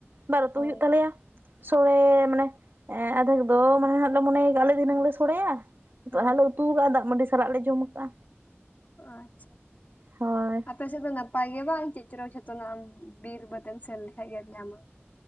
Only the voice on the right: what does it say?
ᱵᱟᱨ ᱩᱛᱩ
ᱦᱩᱭᱩᱜ ᱛᱟᱞᱮᱭᱟ᱾ ᱥᱚᱲᱮᱹᱻ ᱢᱟᱱᱮ ᱟᱫᱷᱮᱠ ᱫᱚ ᱢᱟᱱᱮ ᱦᱟᱸᱜ ᱞᱮ ᱢᱚᱱᱮᱭᱟᱠᱟᱜ-ᱟ ᱞᱮ ᱫᱷᱤᱱᱟᱹᱝ ᱞᱮ ᱥᱚᱲᱮᱭᱟ᱾ ᱱᱤᱛᱚᱜ
ᱦᱟᱸᱜ ᱞᱮ ᱩᱛᱩᱣᱟᱠᱟᱜᱼᱟ ᱫᱟᱜ ᱢᱟᱹᱰᱤ ᱥᱟᱞᱟᱜ ᱞᱮ ᱡᱚᱢ ᱠᱟᱜᱼᱟ᱾
ᱦᱳᱭ